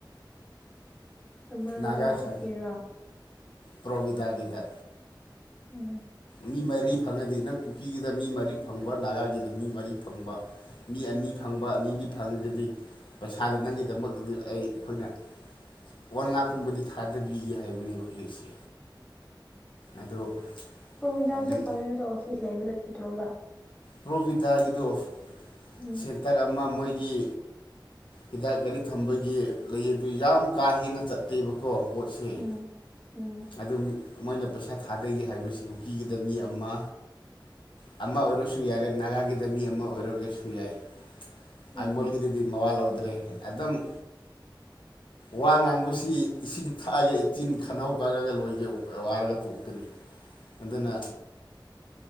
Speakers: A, on the left; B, on the left.
A: ꯍꯔꯕꯦꯜ
B: ꯅꯥꯒꯥꯈꯥ
A: ꯂꯥꯏꯐꯀꯤꯔꯣ
B: ꯄ꯭ꯔꯣꯕꯤꯗꯥꯒꯤꯗ
A: ꯎꯝ
B: ꯃꯤ ꯃꯔꯤ ꯐꯪꯉꯗꯤ ꯅꯪ ꯀꯨꯀꯤꯒꯤꯗ ꯃꯤ ꯃꯔꯤ ꯐꯪꯕ ꯅꯒꯥꯒꯤꯗ ꯃꯤ ꯃꯔꯤ ꯐꯪꯕ ꯃꯤ ꯑꯅꯤ ꯐꯪꯕ ꯑꯅꯤꯒꯤ ꯐꯪꯉꯒꯗꯤ ꯄꯩꯁꯥꯗꯣ ꯅꯪꯒꯤꯗꯃꯛꯇꯗꯤ ꯑꯩ ꯑꯩꯈꯣꯏꯅ ꯋꯥꯟ ꯂꯥꯛꯀꯨꯝꯕꯗꯤ ꯊꯥꯗꯕꯤꯒꯦ ꯍꯥꯏꯕꯅꯦꯕ ꯍꯧꯖꯤꯛꯁꯦ ꯑꯗꯣ
A: ꯒꯣꯕꯤꯟꯗꯥꯁꯨ
B: ꯑꯗꯩ
A: ꯄꯂꯦꯟꯗ ꯑꯣꯐꯤꯁ ꯂꯩꯕ ꯅꯠꯇ꯭ꯔꯣꯕ
B: ꯄ꯭ꯔꯣꯚꯤꯗꯥꯒꯤꯗꯨ
A: ꯎꯝ
B: ꯁꯦꯟꯇꯔ ꯑꯃ ꯃꯣꯏꯒꯤ ꯍꯤꯗꯥꯛ ꯒꯥꯔꯤ ꯊꯝꯕꯒꯤ ꯂꯩ ꯑꯗꯨ ꯌꯥꯝ ꯀꯥ ꯍꯦꯟꯅ ꯆꯠꯇꯦꯕꯀꯣ ꯄꯣꯠꯁꯦ
A: ꯎꯝ ꯎꯝ
B: ꯑꯗꯨꯝ ꯃꯣꯏꯅ ꯄꯩꯁꯥ ꯊꯥꯗꯒꯦ ꯍꯥꯏꯕꯁꯤ ꯀꯨꯀꯤꯒꯤꯗ ꯃꯤ ꯑꯃ ꯑꯃ ꯑꯣꯏꯔꯁꯨ ꯌꯥꯔꯦ ꯅꯥꯒꯥꯒꯤꯗ ꯃꯤ ꯑꯃ ꯑꯣꯏꯔꯒꯁꯨ ꯌꯥꯏ ꯑꯃꯣꯜꯒꯤꯗ
A: ꯎꯝ
B: ꯗꯤ ꯃꯋꯥ ꯂꯧꯗ꯭ꯔꯦ ꯑꯗꯨꯝ ꯋꯥ ꯉꯥꯡꯕꯁꯤ ꯏꯁꯤꯡ ꯊꯛꯑꯒ ꯏꯆꯤꯟ ꯈꯅꯥꯎ ꯀꯛꯉꯒ ꯂꯣꯏꯒꯦ ꯋꯥꯔꯒ ꯇꯣꯛꯀꯅꯤ ꯑꯗꯨꯅ